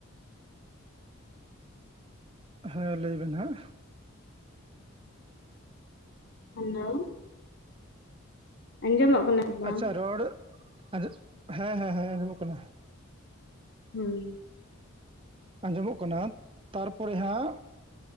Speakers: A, on the right; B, on the left.
A: ᱦᱮᱸ ᱞᱟᱹᱭ ᱵᱮᱱ ᱦᱮᱸ
B: ᱦᱮᱞᱳ ᱟᱸᱡᱚᱢᱚᱜ ᱠᱟᱱᱟ? ᱥᱮ ᱵᱟᱝ
A: ᱟᱪᱪᱷᱟ ᱨᱚᱲ ᱟᱸᱡᱚ ᱦᱮᱸ ᱦᱮᱸ ᱦᱮᱸ ᱟᱸᱡᱚᱢᱚᱜ ᱠᱟᱱᱟ।
B: ᱦᱩᱸ
A: ᱟᱸᱡᱚᱢᱚᱜ ᱠᱟᱱᱟ ᱛᱟᱨᱯᱚᱨᱮ ᱦᱟᱸᱜ ᱼᱼ